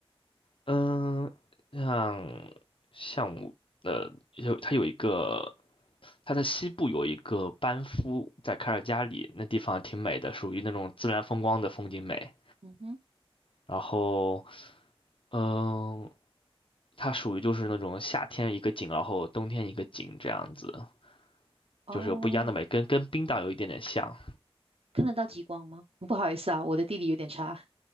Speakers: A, on the left; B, on the right.
A: 嗯，像像我呃，有它有一个，它在西部有一个班夫，在卡尔加里那地方挺美的，属于那种自然风光的风景美。
B: 嗯哼，
A: 然后，嗯，它属于就是那种夏天一个景，然后冬天一个景这样子，
B: 哦，
A: 就是有不一样的美，跟跟冰岛有一点点像。
B: 看得到极光吗？不好意思啊，我的地理有点差。